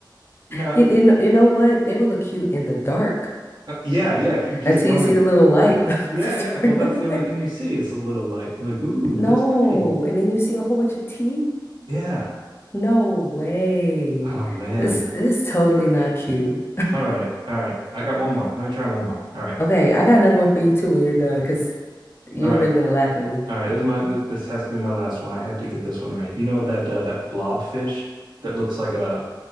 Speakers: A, on the right; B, on the left.
A: Now,
B: you, you know, you know what? They would look cute in the dark.
A: Uh, Yeah, yeah. c- Just
B: Until
A: the only
B: you see
A: thing.
B: the little light
A: <laughs>
B: <laughs>
A: Yeah, yeah. Well,
B: turn
A: that's
B: on.
A: the only thing you see. It's a little light. Like, ooh,
B: No.
A: that's pretty.
B: And then you see a whole bunch of teeth.
A: Yeah.
B: No way.
A: Oh man.
B: This this is totally not cute.
A: All right. All right. I got one more. Let me try one more. All right.
B: Okay, I got another one for you too when you're done, because you're
A: All right.
B: really gonna laugh at me.
A: All right. This is my this, this has to be my last one. I have to get this one right. You know that uh, that blobfish that looks like a